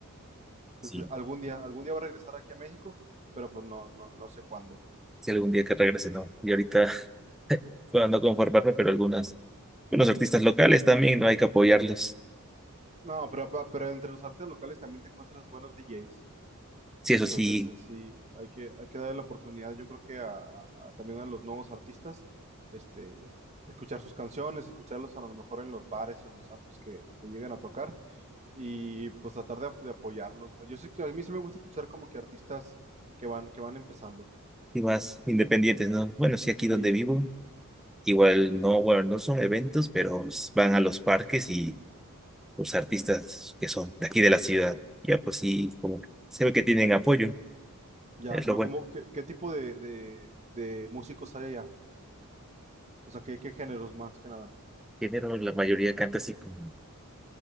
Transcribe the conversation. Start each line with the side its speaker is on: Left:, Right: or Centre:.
Right: Entonces,
Centre: sí,
Right: algún día, algún día va a regresar aquí a México, pero pues no, no, no sé cuándo.
Centre: si algún día que regrese, ¿no? Y ahorita, <laughs> bueno, no conformarme, pero algunas, algunos artistas locales también, no hay que apoyarlos.
Right: No, pero, pa- pero entre los artistas locales también te encuentras buenos DJs.
Centre: Sí,
Right: Entonces,
Centre: eso sí,
Right: eh, sí, hay que, hay que darle la oportunidad, yo creo que a, a- también a los nuevos artistas, este, escuchar sus canciones, escucharlos a lo mejor en los bares o en los antros que, que llegan a tocar y pues tratar de, ap- de apoyarlos. ¿no? Yo sé que a mí sí me gusta escuchar como que artistas que van, que van empezando.
Centre: sí más independientes, ¿no? Bueno, sí, aquí
Right: Sí,
Centre: donde vivo, igual no, bueno, no son eventos, pero s- van a los parques y los artistas que son de aquí de la ciudad, ya pues sí, como que se ve que tienen apoyo,
Right: ya,
Centre: es
Right: pero
Centre: lo bueno.
Right: como, ¿qué, qué tipo de, de, de músicos hay allá? O sea, ¿qué, qué géneros más que nada?
Centre: Género, la mayoría canta así como,